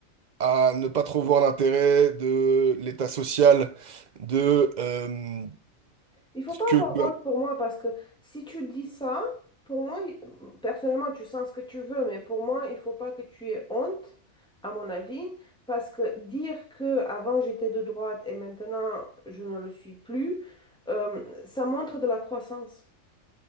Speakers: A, on the right (about 50°); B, in the centre.
A: à ne pas trop voir l'intérêt de l'état social, de... euh,
B: Il faut
A: ce
B: pas
A: que
B: avoir
A: le
B: honte pour moi parce que si tu dis ça, pour moi, il- personnellement, tu sens ce que tu veux, mais pour moi, il faut pas que tu aies honte, à mon avis, parce que dire que avant j'étais de droite et maintenant je ne le suis plus, euh, ça montre de la croissance.